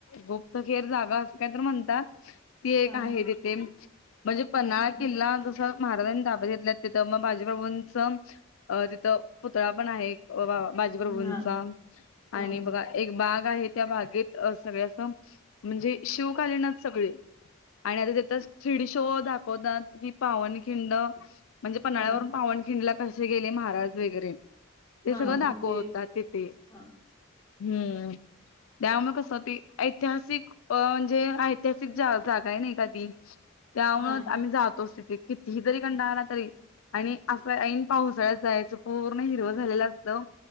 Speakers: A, on the left; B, on the left.
A: गुप्तहेर जागा अशी काहीतर म्हणतात. ती एक
B: हा
A: आहे तिथे म्हणजे पन्हाळा
B: हम्म,
A: किल्ला जसं महाराजांनी ताब्यात घेतल्यात तिथं मग बाजीप्रभूंच अ तिथं पुतळा पण आहे एक. अं बा बाजीप्रभूंचा
B: हा हा
A: आणि बघा एक बाग आहे त्या बागेत सगळे असं म्हणजे शिवकालीनचं सगळी आणि आता तिथं थ्रीडी शो दाखवतात. की पावनखिंड म्हणजे पन्हाळ्यावरून
B: हा
A: पावनखिंडला कसे गेले महाराज वगैरे. ते
B: हा
A: सगळं
B: हा म्हणजे
A: दाख त्या तिथं
B: हा
A: हम्म त्यामुळे कसं ती ऐतिहासिक अ म्हणजे ऐतिहासिक जा-जागा आहे नाही का ती, त्यामुळे
B: हा
A: आम्ही जातोच तिथे. कितीही जरी कंटाळा आला तरी आणि असं ऐन पावसाळ्यात जायचं. पूर्ण हिरवं झालेलं असतं